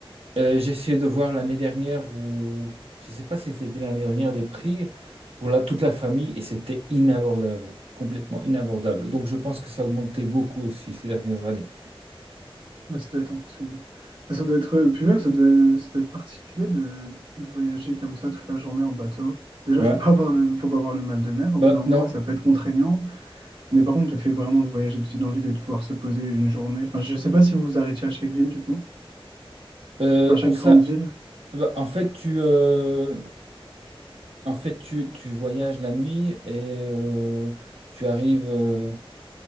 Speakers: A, on the right (about 75°); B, on the right (about 60°).
A: Euh, j'ai essayé de voir l'année dernière où je ne sais pas si c'était l'année dernière des prix pour la, toute la famille et c'était inabordable, complètement inabordable. Donc je pense que ça a augmenté beaucoup aussi ces dernières années.
B: Ouais, ça doit être impressionnant. Enfin, Ça doit être, euh, puis même, ça doit, ça doit être particulier de, de voyager comme ça toute la journée en bateau. Déjà,
A: Ouais.
B: faut pas avoir le, faut pas avoir le mal de mer. Au
A: Bah
B: bout d'un moment,
A: non.
B: ouais, ça peut être contraignant. Mais par contre, le fait vraiment de voyager de ville en ville et de pouvoir se poser une journée. Enfin, je sais pas si vous vous arrêtiez à chaque ville, du coup.
A: Euh,
B: Enfin, chaque
A: on s'a-
B: grande ville.
A: bah, en fait tu euh, en fait tu, tu voyages la nuit et euh, tu arrives euh,